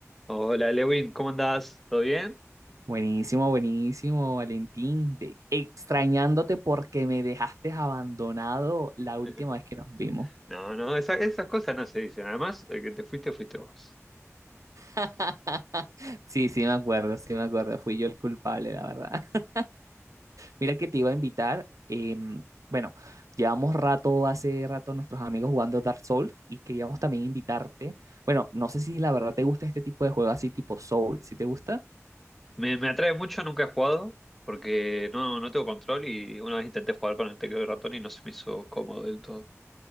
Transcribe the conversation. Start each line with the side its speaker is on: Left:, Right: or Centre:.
Centre: Hola Lewin, ¿cómo andás? ¿Todo bien?
Right: Buenísimo, buenísimo, Valentín. De- extrañándote porque me dejaste abandonado la última
Centre: <laughs>
Right: vez que nos vimos.
Centre: No, no, esa- esas cosas no se dicen. Además, el que te fuiste, fuiste vos.
Right: <laughs> Sí, sí, me acuerdo, sí, me acuerdo. Fui yo el culpable, la verdad. <laughs> Mira que te iba a invitar. em, bueno, llevamos rato, hace rato, nuestros amigos jugando Dark Souls y queríamos también invitarte. Bueno, no sé si la verdad te gusta este tipo de juego así tipo Soul. si te gusta?
Centre: Me, me atrae mucho, nunca he jugado, porque no, no tengo control y una vez intenté jugar con el teclado y ratón y no se me hizo cómodo del todo.